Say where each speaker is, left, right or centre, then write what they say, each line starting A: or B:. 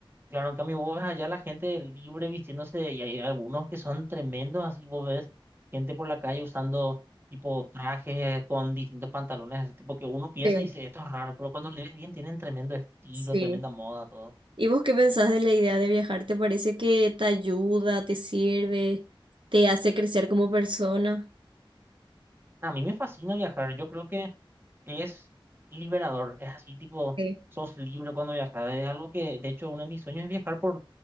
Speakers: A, on the right (about 25°); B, on the right (about 65°).
A: claro, en cambio vos ves allá la gente libre vistiéndose y hay algunos que son tremendos, así vos ves gente por la calle usando tipo trajes con distintos pantalones, así, tipo que uno piensa
B: Sí,
A: y dice, esto es raro, pero cuando lees bien tienen tremendo estilo,
B: sí.
A: tremenda moda, todo.
B: ¿Y vos qué pensás de la idea de viajar? ¿Te parece que te ayuda, te sirve, te hace crecer como persona?
A: A mí me fascina viajar, yo creo que es liberador, es así tipo,
B: sí.
A: sos libre cuando viajas, es algo que de hecho uno de mis sueños es viajar por,